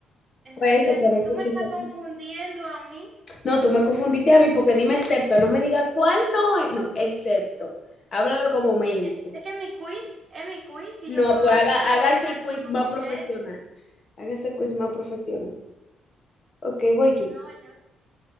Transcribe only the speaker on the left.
Fue eso que
no escuché.
esa-
No, tú me confundiste a mí porque dime excepto. No me digas cuál no es. No, excepto. Háblame como médico.
No,
pues
haga, haga
ese quiz
más profesional. Haga ese quiz más profesional. Ok, voy yo.